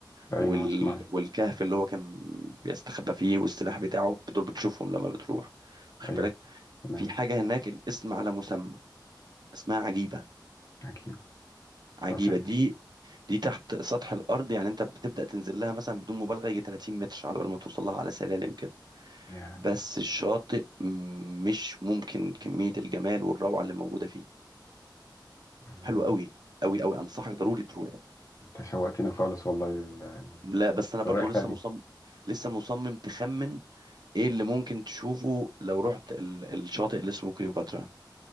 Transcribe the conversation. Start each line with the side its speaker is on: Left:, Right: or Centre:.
Left: ايوه
Right: وال...
Left: اسمعني
Right: والكهف اللي هو كان بيستخبى فيه والسلاح بتاعه دول بتشوفهم لما بتروح واخد
Left: ايوه
Right: بالك
Left: تمام
Right: في حاجة هناك الاسم على مسمى اسمها عجيبة
Left: عجيب
Right: عجيبة
Left: شاطر
Right: دي دي تحت سطح الأرض يعني أنت بتبدأ تنزل لها مثلا بدون مبالغة يجي 30 متر على بال ما توصل لها على سلالم كده
Left: يا عم.
Right: بس الشاطئ م- مش ممكن كمية الجمال والروعة اللي موجودة فيه
Left: يا.
Right: حلو قوي قوي قوي أنصحك ضروري تروح
Left: انت شوقتني خالص والله لل- لل-
Right: لا بس انا برضو
Left: للرحلة
Right: لسه
Left: دي
Right: مصمم لسه مصمم تخمن ايه اللي ممكن تشوفه لو رحت ال... الشاطئ اللي اسمه كليوباترا